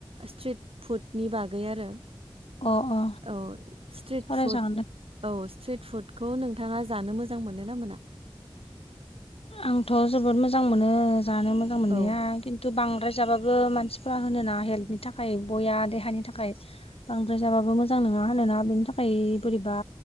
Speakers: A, on the right; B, on the left.
A: स्ट्रिट फुडनि बागै आरो
B: अ अ
A: औ स्ट्रिट
B: सावरायजागोन
A: फुड
B: दे
A: औ स्ट्रिट फुडखौ नोंथाङा जानो मोजां मोनो ना मोना?
B: आंथ' जोबोद मोजां मोनो जानो मोजां मोननाया।
A: औ
B: किन बांद्राय जाबाबो मानसिफ्रा होनो नाङा हेल्थनि थाखाय बया देहानि थाखाय बांद्राय जाबाबो मोजां नङा होनोना बिनि थाखाय बोरैबा